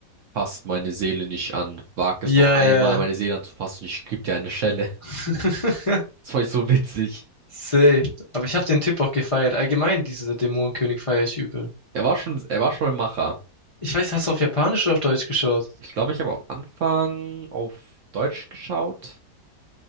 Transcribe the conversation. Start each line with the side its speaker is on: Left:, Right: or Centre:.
Right: fass meine Seele nicht an, wag
Left: ja,
Right: es noch einmal,
Left: ja.
Right: meine Seele anzufassen, ich geb dir eine Schelle. <laughs>
Left: <laughs> ja.
Right: Das fand ich so witzig.
Left: Safe. Aber ich habe den Tipp auch gefeiert. Allgemein, diese Dämonenkönig feiere ich übel.
Right: Er war schon, er war schon ein Macher.
Left: Ich weiß, hast du auf Japanisch oder auf Deutsch geschaut?
Right: Ich glaube, ich habe am Anfang auf Deutsch geschaut